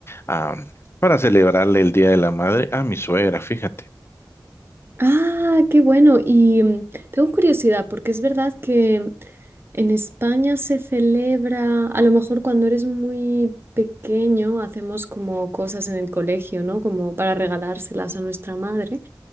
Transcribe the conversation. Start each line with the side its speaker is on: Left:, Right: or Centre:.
Left: Ah, para celebrarle el Día de la Madre a mi suegra, fíjate.
Right: Ah, qué bueno. Y mm, tengo curiosidad, porque es verdad que en España se celebra, a lo mejor cuando eres muy pequeño, hacemos como cosas en el colegio, ¿no? Como para regalárselas a nuestra madre.